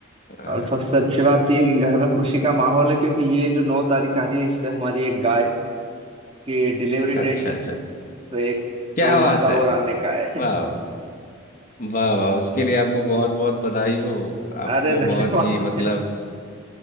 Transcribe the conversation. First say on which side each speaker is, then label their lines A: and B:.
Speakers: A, on the left; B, on the right.
A: हाँ,
B: और सबसे अच्छी बात यह है कि घर में खुशी का माहौल है क्योंकि ये जो नौ तारीख आ रही है इस पे हमारी एक गाय की डिलीवरी डेट
A: अच्छा
B: है
A: अच्छा
B: तो एक
A: क्या
B: गौ माता
A: बात है
B: और आने का है
A: वाह
B: <laughs>
A: वाह वाह वाह उसके लिए आपको बहुत बहुत बधाई हो
B: अरे
A: आपको बहुत
B: धन्यवाद
A: ही मतलब